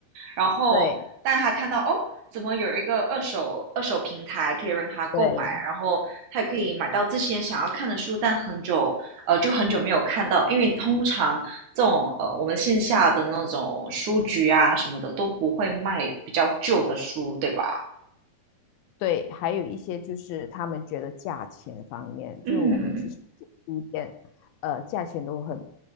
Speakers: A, on the right; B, on the left.
A: 然后但他看到哦，
B: 对
A: 怎么有一个二手二手平台可以让他购买，
B: 对。
A: 然后他也可以买到之前想要看的书，但很久呃就很久没有看到，因为通常这种呃，我们线下的那种书局啊什么的都不会卖比较旧的书，对吧？
B: 对，还有一些就是他们觉得价钱方面，就是我们去书店，
A: 嗯，
B: 呃，价钱都很